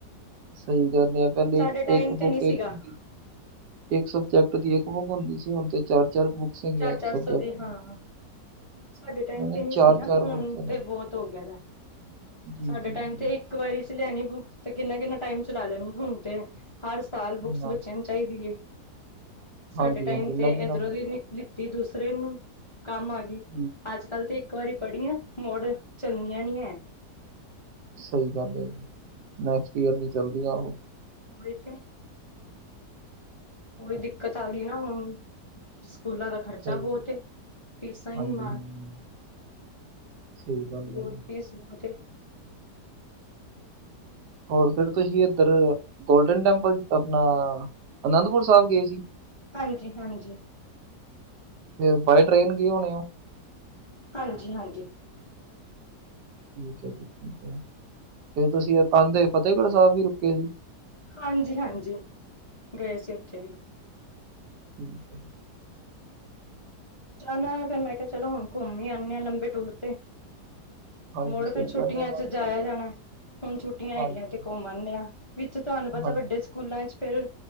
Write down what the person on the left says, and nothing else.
ਸਾਡੇ ਟਾਈਮ
ਤੇ
ਨਹੀਂ
ਸੀਗਾ
ਚਾਰ-ਚਾਰ
ਸੌ ਦੀਆਂ
ਹਾਂ। ਸਾਡੇ ਟਾਈਮ
ਤੇ ਨਹੀਂ
ਸੀ ਨਾ, ਹੁੰ
ਤਾਂ ਬਹੁਤ ਹੋ ਗਿਆ।
ਸਾਡੇ ਟਾਈਮ ਤੇ! ਇੱਕ ਵਾਰੀ ਵਿੱਚ, ਲੈਣੀਆਂ ਬੁੱਕਸ ਤੇ ਕਿੰਨਾ-ਕਿੰਨਾ ਟਾਈਮ ਚਲਾ ਲੈਣੀਆਂ? ਹੁਣ ਤਾਂ ਹਰ ਸਾਲ ਬੱਚਿਆਂ ਦੀਆਂ ਬੁੱਕਸ
ਬਦਲ ਜਾਂਦੀਆਂ ਨੇ। ਚਾਹੀਦੀ ਹੈ, ਸਾਡੇ
ਟਾਈਮ ਤੇ
ਇੱਧਰੋਂ ਦੀ ਨਹੀਂ ਸੀ। ਲੈ ਲਈ, ਦੂਸਰੇ ਨੂੰ ਕੰਮ ਆ ਗਈ।
ਅੱਜ-ਕੱਲ੍ਹ ਤਾਂ ਇੱਕ ਵਾਰੀ ਪੜ੍ਹੀਆਂ ਕਿਤਾਬਾਂ ਮੁੜ ਚੱਲਦੀਆਂ ਨਹੀਂ ਹੈ।
ਹੋਹੀ ਤੇ ਕੋਈ, ਦਿੱਕਤ ਆ ਗਈ ਨਾ ਹੁਣ ਸਕੂਲਾਂ ਦਾ ਖ਼ਰਚਾ
ਬਹੁਤ ਏ, ਫੀਸਾਂ ਹੀ
ਨੀ ਮਾਣ
ਬਹੁਤ
ਈ ਸੁਆਦ ਏ,
ਹਾਂਜੀ ਹਾਂਜੀ।
ਹਾਂਜੀ ਹਾਂਜੀ।
ਹਾਂਜੀ-ਹਾਂਜੀ ਗਏ ਸੀ ਓਥੇ ਵੀ।
ਜਾਣਾ ਫੇਰ ਮੈਂ ਕਿਹਾ ਚਲੋ ਹੁਣ ਘੁੰਮ ਹੀ ਆਨੇ ਆ ਲੰਬੇ ਟੂਰ ਤੇ।
ਮੁੜ
ਫੇਰ ਛੁੱਟੀਆਂ
ਚ ਜਾਇਆ
ਜਾਣਾ। ਹੁਣ ਛੁੱਟੀਆਂ
ਹੈਗੀਆਂ ਤੇ ਘੁੰਮਣ ਦੇ ਆ ਵਿੱਚ ਤੁਹਾਨੂੰ ਪਤਾ
ਵੱਡੇ ਸਕੂਲਾਂ ਚ ਫੇਰ